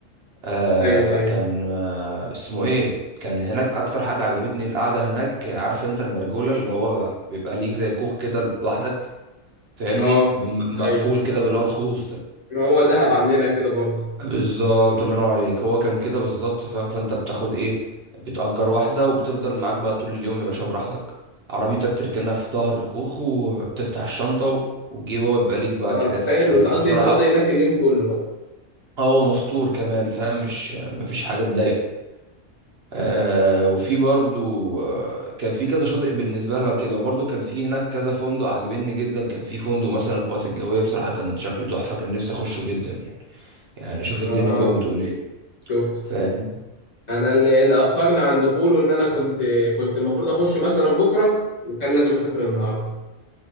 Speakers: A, on the right (about 55°); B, on the left (about 30°).
A: آه
B: ايوه ايوه
A: كان آه اسمه ايه كان هناك اكتر حاجة عجبتني القعدة هناك عارف انت البرجولة اللي هو بيبقى ليك زي كوخ كده لوحدك فاهمني
B: اه
A: بم-
B: ايوه
A: مقفول كده باللي هو الخوص ده
B: هو دهب عاملينها كده برضه
A: بالظبط الله ينور عليك هو كان كده بالظبط فاهم فانت بتاخد ايه بتأجر واحدة وبتفضل معاك بقى طول اليوم يا باشا براحتك عربيتك تركنها في ظهر الكوخ وبتفتح الشنطة و- وتجيب هو يبقى ليك بقى
B: اه
A: كراسي
B: حلو
A: ومش عارف
B: تقضي
A: ايه وبصراحة
B: تقضي هناك اليوم كله بقى
A: آه، هو مستور كمان فاهم مش مفيش حاجة تضايق آه وفي برضو آه كان في كذا شاطئ بالنسبة لها كده وبرضو كان في هناك كذا فندق عجبني جدا كان في فندق مثلا القوات الجوية بصراحة كان شكله تحفة كان نفسي أخشه جدا يعني يعني شوف الدنيا
B: اه
A: جوه بتقول ايه
B: شفت
A: فاهم
B: انا اللي, اللي اخرني عن دخوله ان انا كنت كنت المفروض اخش مثلا بكره وكان لازم اسافر النهارده